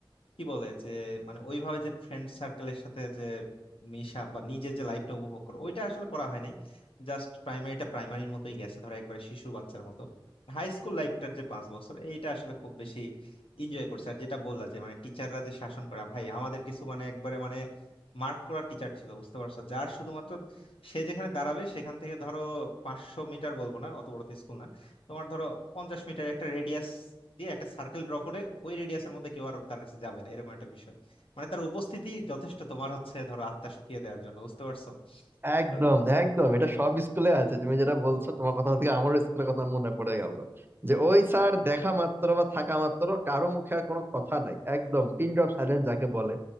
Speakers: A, on the left (about 85°); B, on the right (about 25°).
A: কি বলে যে মানে ওইভাবে যে ফ্রেন্ড সার্কেলের সাথে যে মেশা বা নিজের যে লাইফটা উপভোগ করো ওইটা আসলে করা হয় নাই জাস্ট প্রাইমারিটা প্রাইমারির মতোই গেছে ধরো একবারে শিশুর বাচ্চার মতো হাই স্কুল লাইফটার যে পাঁচ বছর এইটা আসলে খুব বেশি এনজয় করছে আর যেটা বললা যে মানে টিচাররা যে শাসন করা ভাই আমাদের কিছু মানে একবারে মানে মার্ক করা টিচার ছিল বুঝতে পারছো যার শুধুমাত্র সে যেখানে দাঁড়াবে সেখান থেকে ধরো পাঁচশো মিটার বলবো না অত বড় তো স্কুল না তোমার ধরো পঞ্চাশ মিটার একটা রেডিয়াস দিয়ে একটা সার্কেল ড্র করে ওই রেডিয়াসের মধ্যে কেউ আর তার কাছে যাবে না এরকম একটা বিষয় মানে তার উপস্থিতি যথেষ্ট তোমার হচ্ছে ধরো আত্মা শুকিয়ে দেওয়ার জন্য বুঝতে পারছো
B: একদম
A: তো
B: একদম এটা সব স্কুলে আছে তুমি যেটা বলছো তোমার কথা থেকে আমার স্কুলের কথা মনে পড়ে গেল যে ওই স্যার দেখা মাত্র বা থাকা মাত্র কারো মুখে আর কোনো কথা নাই একদম পিন ড্রপ সাইলেন্স যাকে বলে